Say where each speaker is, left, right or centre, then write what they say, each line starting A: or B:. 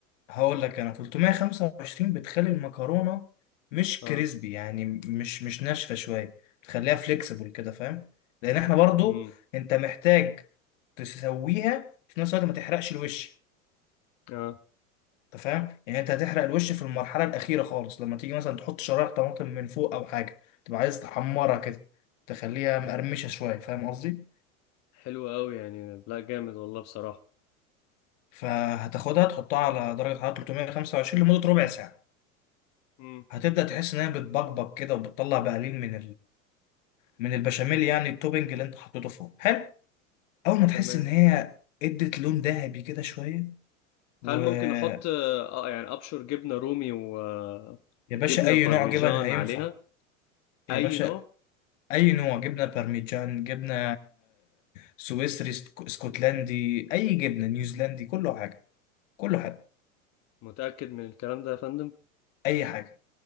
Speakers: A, on the left; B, on the left.
A: هقول لك انا 325 بتخلي المكرونه مش
B: اه
A: كريسبي يعني مش مش ناشفه شويه بتخليها فليكسبل كده فاهم لان احنا برضو
B: امم
A: انت محتاج تسويها في نفس الوقت ما تحرقش الوش
B: اه
A: انت فاهم يعني انت هتحرق الوش في المرحله الاخيره خالص لما تيجي مثلا تحط شرايح طماطم من فوق او حاجه تبقى عايز تحمرها كده تخليها مقرمشه شويه فاهم قصدي
B: حلو قوي يعني لا جامد والله بصراحه
A: فهتاخدها تحطها على درجه حراره 325 لمده ربع ساعه
B: امم
A: هتبدأ تحس إنها بتبقبق كده وبتطلع بقليل من من البشاميل يعني التوبنج اللي انت حطيته فوق حلو اول ما تحس
B: تمام
A: ان هي ادت لون ذهبي كده شويه ويا
B: هل ممكن احط آه آه، يعني ابشر جبنه رومي وجبنه
A: باشا اي
B: بارميجان
A: نوع جبن هينفع
B: عليها
A: يا
B: اي
A: باشا
B: نوع
A: اي نوع جبنه بارميجان جبنه سويسري اسك- اسكتلندي اي جبنه نيوزيلندي كله حاجه كله حاجه
B: متاكد من الكلام ده يا فندم
A: اي حاجه